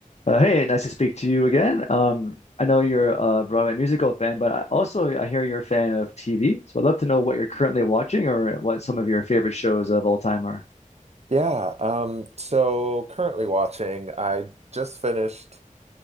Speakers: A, on the left; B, on the right.
A: Uh, hey, nice to speak to you again. Um, I know you're a Broadway musical fan, but I also I hear you're a fan of TV. So I'd love to know what you're currently watching or what some of your favorite shows of all time are.
B: Yeah, um, so currently watching, I just finished